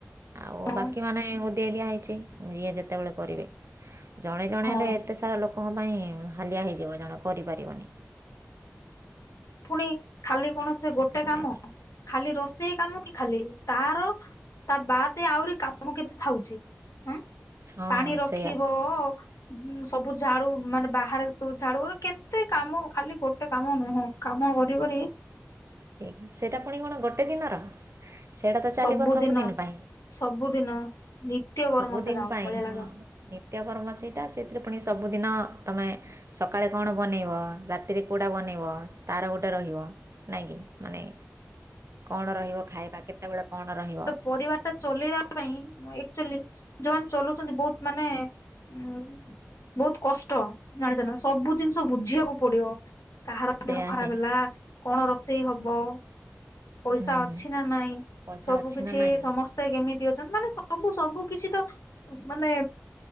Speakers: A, on the right (about 60°); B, on the left (about 80°).
A: ଆଉ
B: ହଁ
A: ବାକି ମାନେ ଉ ଦେଇ ଦିଆହେଇଛି ଯିଏ ଯେତେବେଳେ କରିବେ। ଜଣେ ଜଣେ
B: ହଁ
A: ହେଲେ ଏତେ ସାରା ଲୋକଙ୍କ ପାଇଁ ହାଲିଆ ହେଇଯିବ ଜଣେ କରିପାରିବନି।
B: ଫୁଣି ଖାଲି କଣ ସେ
A: ସେଥିପାଇଁ
B: ଗୋଟେ କାମ।
A: ଆଗ
B: ଖାଲି ରୋଷେଇ କାମ କି ଖାଲି ତାର ତା ବାଦ ଆହୁରି କାମ କେତେ ଥାଉଛି ହୁଁ
A: ହଁ
B: ପାଣି ରଖିବ
A: ସେଇଆ
B: ଅ ସବୁ ଝାଡୁ ମାନେ ବାହାରେ ସବୁ ଝାଡୁ କେତେ କାମ ଖାଲି ଗୋଟେ କାମ ନୁହଁ। କାମ କରି କାରି
A: ଠିକ୍ ସେଇଟା ପୁଣି କଣ ଗୋଟେ ଦିନର? ସେଇଟା ତ ଚାଲିବ
B: ସବୁଦିନ,
A: ପାଇଁ
B: ସବୁଦିନ ନିତ୍ୟ
A: ସବୁଦିନ
B: କର୍ମ ସେଟା
A: ପାଇଁ
B: ଭଳିଆ
A: ହଁ
B: ଲାଗେ।
A: ନିତ୍ୟକର୍ମ ସେଇଟା ସେଥିରେ ପୁଣି ସବୁଦିନ ତମେ ସଖାଳେ କଣ ବନେଇବ ରାତିରେ କୋଉଟା ବନେଇବ ତାର ଗୋଟେ ରହିବ। ନାଇଁ କି ମାନେ କଣ ରହିବ ଖାଇବା କେତେବେଳେ କଣ ରହିବ।
B: ପରିବାରଟା ଚଲେଇବା ପାଇଁ ଏକ୍ଟା ଯୁଆଚୁଲି ଯୋଉମାନେ ଚଲୁଛନ୍ତି ବହୁତ ମାନେ ଉ ବହୁତ କଷ୍ଟ ଜାଣିଛ ନା ସବୁ ଜିନିଷ ବୁଝିବାକୁ ପଡିବ। କାହାର
A: ସେଇଆ
B: ଦେହ ଖରାପ
A: ହିଁ
B: ହେଲା କଣ ରୋଷେଇ ହବ। ପଇସା
A: ହୁଁ,
B: ଅଛି ନା ନାଇଁ
A: ପଇସା
B: ସବୁ
A: ଅଛି
B: କିଛି
A: ନା ନାହିଁ
B: ସମ ସେ କେମିତି ଅଛନ୍ତି ମାନେ ସବୁ ସବୁ କିଛି ତ ମାନେ